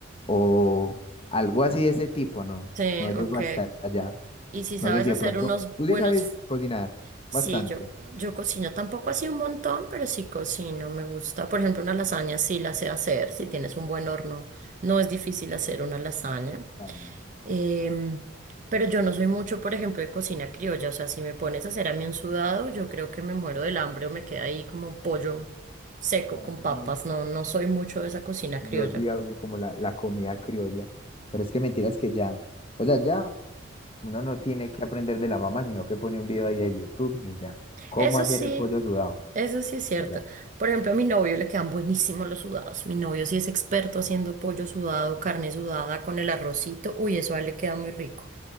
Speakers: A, on the left; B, on the right.
A: o algo así de ese tipo, no,
B: sí,
A: no llego
B: ok.
A: hasta allá.
B: ¿Y si sabes
A: No sé si
B: hacer
A: de pronto,
B: unos
A: tú
B: buenos
A: sí sabes cocinar
B: Sí,
A: bastante.
B: yo, yo cocino tampoco así un montón, pero sí cocino, me gusta. Por ejemplo, una lasaña sí la sé hacer, si tienes un buen horno, no es difícil hacer una lasaña.
A: Tan-
B: Em, pero yo no soy mucho, por ejemplo, de cocina criolla, o sea, si me pones a hacer a mí un sudado, yo creo que me muero del hambre o me queda ahí como pollo seco
A: tan-
B: con papas, no, no soy mucho de esa cocina
A: Yo
B: criolla.
A: sí hago como la, la comida criolla, pero es que mentiras que ya, o sea, ya uno no tiene que aprender de la mamá, sino que pone un video ahí de YouTube y ya, cómo
B: Eso
A: hacer
B: sí,
A: el pollo sudado,
B: eso sí es cierto.
A: y ya,
B: Por ejemplo, a mi novio le quedan buenísimos los sudados. Mi novio sí es experto haciendo pollo sudado, carne sudada con el arrocito. Uy, eso a él le queda muy rico.